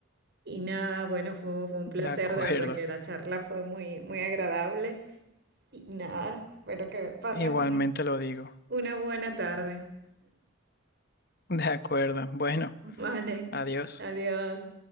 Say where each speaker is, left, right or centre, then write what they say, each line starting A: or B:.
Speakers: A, on the right (about 55°); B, on the left (about 50°).
A: Y nada, bueno, fue, fue un placer,
B: De acuerdo.
A: de verdad que la charla fue muy, muy agradable. Y nada, espero que pases
B: Igualmente
A: una
B: lo digo.
A: Una buena tarde.
B: De acuerdo. Bueno,
A: Vale,
B: adiós.
A: adiós.